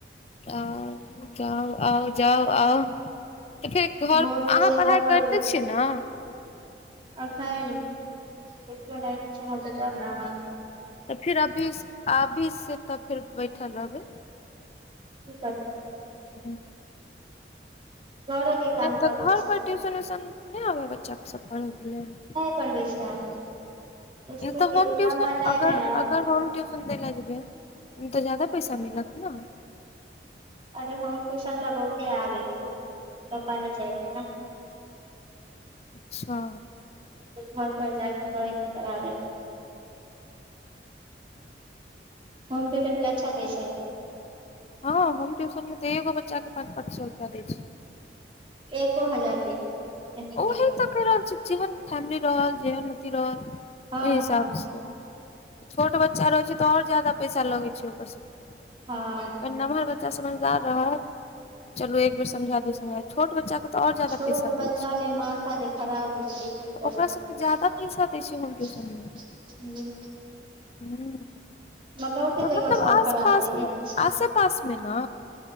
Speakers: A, on the left; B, on the right.
A: आउ जाउ, आउ जाउ, आउ फेर घर
B: भोरे
A: अहाँ
B: से
A: पढ़ाइ
B: लगल
A: करिते छियै न?
B: अखइन देखियो न एडमिशन हेते तब न।
A: तऽ फिर अभी से अभी से तऽ फेर बैठल रहबै।
B: की करबै।
A: ह
B: घरे के काम
A: नहि तऽ
B: कऽ लै
A: घर
B: छी
A: पर टूशन वूशन नहि आ बच्चा सब पढै लेल?
B: पढ़बे छी हम
A: नहि
B: इसकुल
A: तऽ
B: के
A: होम
B: ते लम्बा
A: ट्यूशन
B: टाइम
A: अगर
B: है न।
A: अगर होम ट्यूशन दै लए जेबै ओहिमे तऽ जाददा पैसा मिलत ने।
B: अरे होम टूशन ल बहुते आब ही पप्पा ने जाबी दे न
A: अच्छा
B: घर पर जाक कहेज नहि पढ़ाबे ला होम टूशन के अच्छा पैसाै अय।
A: हँ होम ट्यूशन मे तऽ एगो बच्चा के पाँच पाँच सए रुपआ दै छै।
B: एको हजार दे। एने
A: ओही
B: के एरिया
A: त
B: मे
A: क रहल छै जेहन फैमिली रहल जेहन अथी रहल
B: हँ
A: ओहि हिसाबसँ
B: हँ
A: छोट बच्चा रहै छै तऽ आओर जादा पैसा लगै छै ओकर सभके।
B: हँ
A: क नमहर बच्चा समझदार रहत चलू एक बेर समझा दू समझ छोट बच्चा के तऽऔर ज जादा
B: छोट
A: पैसा दे।
B: बच्चा मे माथा जे खराब होइ छै क
A: तऽ
B: कह
A: ओकरा सबके ज्यादा पैसा दै छियै हम ट्यूशन मे
B: <unintelligible> हू।
A: हूँ।
B: लगो
A: तऽ
B: से लगो
A: मतलब
B: सब
A: आस
B: फरार
A: पास
B: भेले
A: मे
B: जा छै।
A: आसे पास मे न